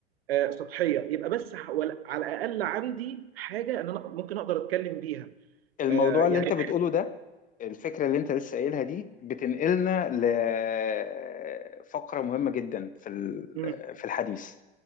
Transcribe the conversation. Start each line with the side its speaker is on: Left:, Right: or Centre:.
Right: آه، سطحيه يبقى بس ح- ولا- على الاقل عندي حاجه ان انا ممكن اقدر اتكلم بيها
Left: الموضوع
Right: آه، يعني
Left: اللي انت بتقوله ده الفكرة اللي انت لسه قايلها دي بتنقلنا لفقرة مهمة جدا في ال-
Right: مم،
Left: في الحديث